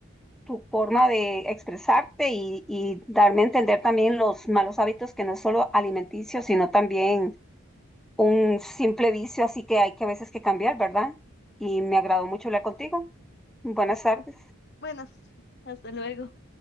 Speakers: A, in the centre; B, on the left.
A: tu forma de expresarte y, y darme a entender también los malos hábitos que no es solo alimenticio, sino también un simple vicio, así que hay que a veces que cambiar, ¿verdad? Y me agradó mucho hablar contigo. Buenas
B: Listo.
A: tardes.
B: Bueno, hasta luego.